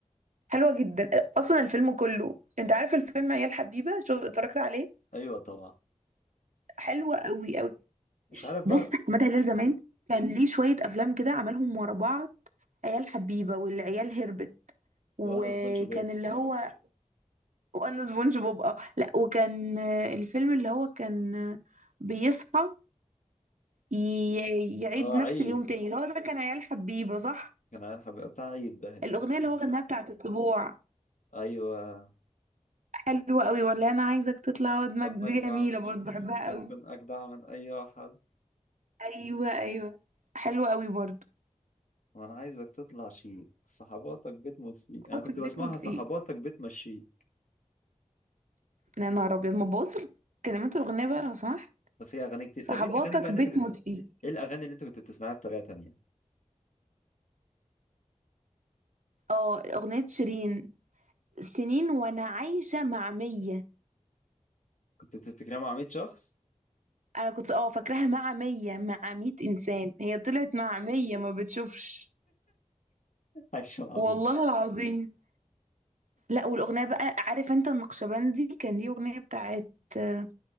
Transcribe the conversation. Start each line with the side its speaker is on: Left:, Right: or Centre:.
Right: حلوة جدا اصلا الفيلم كله انت عارف الفيلم عيال حبيبة شو اتفرجت عليه
Left: ايوه طبعا
Right: حلوة قوي قوي
Left: مش عارف بقى
Right: بص احمد هلال زمان كان ليه شوية افلام كده عملهم ورا بعض عيال حبيبة والعيال هربت وكان
Left: وانا سبونج بوب
Right: اللي هو وانا سبونج بوب اه لا وكان آه، الفيلم اللي هو كان آه، بيصحى ي- يعيد
Left: اه
Right: نفس
Left: عيد
Right: اليوم تاني اللي هو ده كان عيال حبيبة صح
Left: <laughs> كان عارف بتاع عيد ده اللي
Right: الأغنية
Left: كان اسمه
Right: اللي
Left: إيه؟
Right: هو غناها بتاعت الطبوع
Left: ايوه
Right: حلوة قوي ولا أنا عايزك تطلع ودمك
Left: بطنك
Right: دي
Left: دعوة
Right: جميلة
Left: في
Right: برضه
Left: وسط
Right: بحبها
Left: الستة
Right: قوي
Left: تكون اجدع من اي واحد
Right: أيوة أيوة حلوة قوي برضه
Left: وانا عايزك تطلع شيء صحباتك بتموت فيك
Right: صحباتك
Left: انا كنت
Right: بيت
Left: بسمعها
Right: موت فيه
Left: صحباتك بتمشيك
Right: يا نهار أبيض ما تبص كلمات الأغنية بقى لو سمحت
Left: ده في اغاني كتير
Right: صحباتك
Left: طب ايه الاغاني بقى اللي
Right: بيت
Left: انت كنت
Right: موت فيه
Left: ايه الاغاني اللي انت كنت بتسمعها بطريقه تانيه
Right: اه أغنية شيرين سنين وأنا عايشة مع مية
Left: كنت بتفتكرها مع 100 شخص
Right: انا كنت اه فاكراها مع مية مع مية انسان هي طلعت مع مية ما بتشوفش
Left: <laughs> عايشه مع
Right: والله
Left: 100
Right: العظيم لا والاغنية بقى عارف انت النقشبندي كان ليه اغنية بتاعت آه،